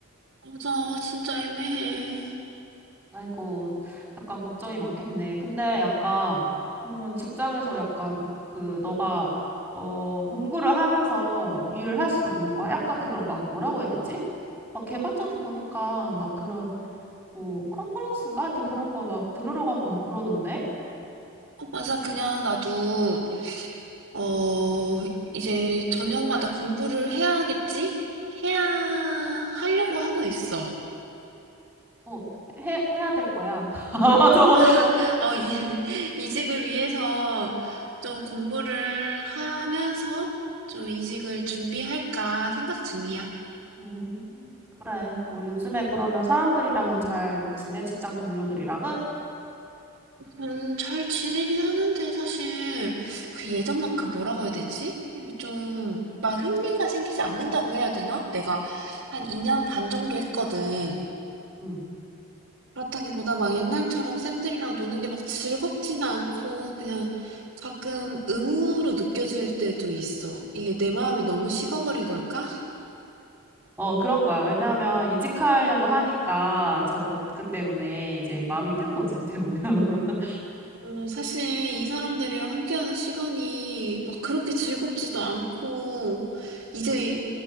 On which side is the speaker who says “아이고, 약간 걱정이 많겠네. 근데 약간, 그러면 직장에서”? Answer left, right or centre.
Centre